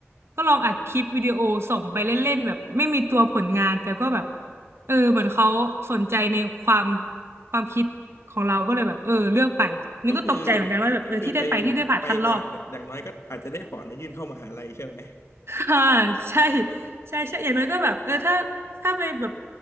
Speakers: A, on the right; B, on the left.
A: ก็ลองอัดคลิปวิดีโอส่งไปเล่นๆแบบไม่มีตัวผลงานแต่ก็แบบเออเหมือนเขาสนใจในความความคิดของเราก็เลยแบบเออเลือกไปนี่ก็ตกใจเหมือนกันว่าแบบเออที่ได้ไปที่ได้ผ่านคัดรอบ
B: ก็คือก็คือไปไปก่อนอย่างน้อยก็อาจจะได้พอร์ตมายื่นเข้ามหาลัยใช่ไหม
A: อ่าใช่ใช่ใช่อย่างน้อยก็แบบเออถ้าถ้าไปแบบ